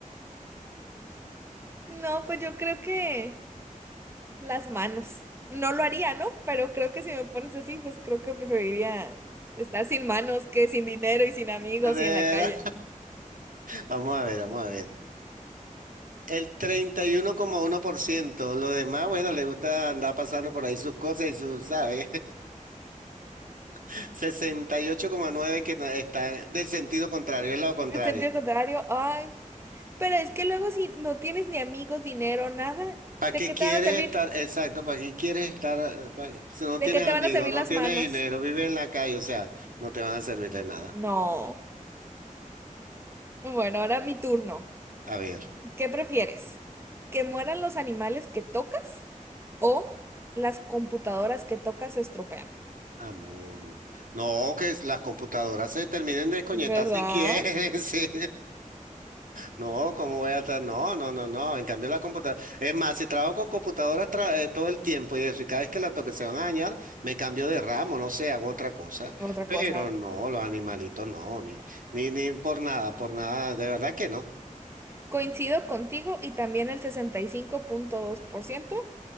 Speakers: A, on the right; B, on the right.
A: <laughs> no, pues yo creo que... Las manos. No lo haría, ¿no? Pero creo que si me pones así, pues creo que preferiría estar sin manos que sin dinero y sin amigos
B: de verdad,
A: y en la calle.
B: vamos a ver, vamos a ver. El treinta y uno uno coma uno por ciento Los demás, bueno, les gusta andar pasando por ahí sus cosas y sus, ¿sabes? <laughs> sesenta y ocho coma nueve que no- está del sentido contrario, el lado contrario.
A: En sentido contrario, ay, pero es que luego si no tienes ni amigos, dinero, nada,
B: ¿Para
A: ¿de
B: qué
A: qué
B: quieres
A: te van a servir?
B: estar? Exacto, ¿para qué quieres estar? eh, pa- si no
A: ¿De
B: tienes
A: qué te
B: amigos,
A: van a servir
B: no
A: las
B: tienes
A: manos?
B: dinero, vives en la calle, o sea, no te van a servir de nada.
A: No. Bueno, ahora mi turno.
B: A ver.
A: ¿Qué prefieres? ¿Que mueran los animales que tocas o las computadoras que tocas se estropean?
B: Amuno. No, que es- las computadoras se terminen de desconectar
A: ¿Verdad?
B: si quieren. <laughs> sí. No, ¿cómo voy a estar? No, no, no, no. En cambio, la computadora. Es más, si trabajo con computadoras tra- eh, todo el tiempo y eso, y cada vez que la toque se van a dañar, me cambio de ramo, no sé, hago otra cosa.
A: Otra
B: Pero
A: cosa.
B: no, los animalitos no, ni, ni, ni por nada, por nada. De verdad que no.
A: Coincido contigo y también el sesenta y cinco punto dos por ciento